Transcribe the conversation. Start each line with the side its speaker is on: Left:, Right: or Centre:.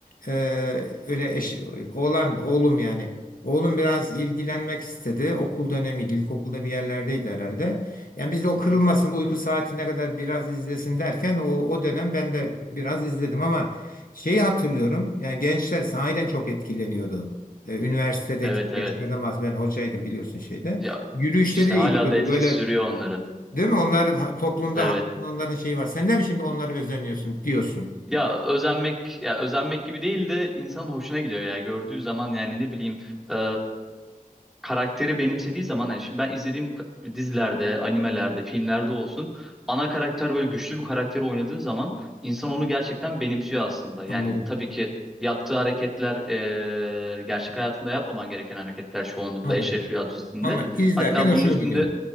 Left: Ee, öyle eş, oğlan, oğlum yani. Oğlum biraz ilgilenmek istedi. Okul dönemiydi. İlkokulda bir yerlerdeydi herhalde. Yani biz de o
Centre: hı
Left: kırılmasın,
Centre: hı.
Left: uyku saatine kadar biraz izlesin derken o, o dönem ben de biraz izledim ama şeyi hatırlıyorum. Yani gençler sahiden çok etkileniyordu. E, üniversitedeki
Centre: Evet evet.
Left: gençlerden bahsediyorum. Ben hocaydım biliyorsun şeyde.
Centre: Ya
Left: Yürüyüşleri
Centre: işte
Left: değişiyordu.
Centre: hala da etkisi
Left: Böyle
Centre: sürüyor onların.
Left: değil mi? Onlar ha- toplumda
Centre: Evet.
Left: hakikaten onların şeyi var. Sen de mi şimdi onlara özeniyorsun diyorsun.
Centre: Ya özenmek ya özenmek gibi değil de insanın hoşuna gidiyor ya gördüğü zaman yani ne bileyim eee, karakteri benimsediği zaman yani şimdi ben izlediğim dizilerde, animelerde, filmlerde olsun ana karakter böyle güçlü bir karakteri oynadığı zaman insan onu gerçekten benimsiyor aslında. Yani
Left: Anladım.
Centre: tabii ki yaptığı hareketler eee, gerçek hayatında yapmaman gereken hareketler çoğunlukla
Left: Anladım.
Centre: Eşref Rüya dizisinde.
Left: Ama izlerken
Centre: Hatta
Left: hoşuma
Centre: bunun üstünde
Left: gidiyor.